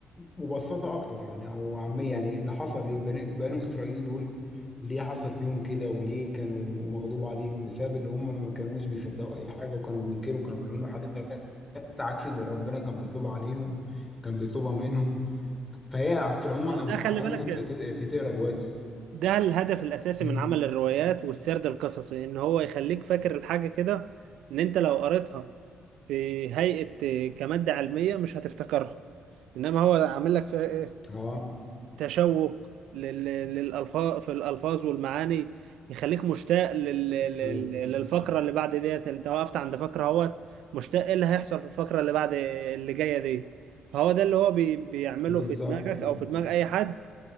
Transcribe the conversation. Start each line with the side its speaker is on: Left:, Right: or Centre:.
Left: مبسطه اكتر يعني او عاميه يعني اللي حصل لبني بنو اسرائيل دول ليه حصل فيهم كده وليه كانوا مغضوب عليهم بسبب اللي هم ما كانوش بيصدقوا اي حاجه وكانوا بينكروا كانوا بيعملوا حاجات عكس اللي ربنا كان بيطلبها عليهم كان بيطلبها منهم فهي في العموم
Right: ما
Left: انصحك
Right: هو ده خلي
Left: يعني
Right: بالك
Left: تف- تت- تقرا الروايه دي
Right: ده الهدف الأساسي
Left: مم.
Right: من عمل الروايات والسرد القصصي إن هو يخليك فاكر الحاجة كده إن أنت لو قريتها في هيئة كمادة علمية مش هتفتكرها إنما هو عامل لك فيها إيه
Left: اه
Right: تشوق لل... للألفاظ في الألفاظ والمعاني يخليك مشتاق لل... لل...
Left: أيوة.
Right: للفقرة اللي بعد ديت أنت وقفت عند فقرة اهوت مشتاق إيه اللي هيحصل في الفقرة اللي بعد اللي جاية دي فهو ده اللي هو بي... بيعمله
Left: بالظبط
Right: في دماغك
Left: كده
Right: أو في دماغ أي حد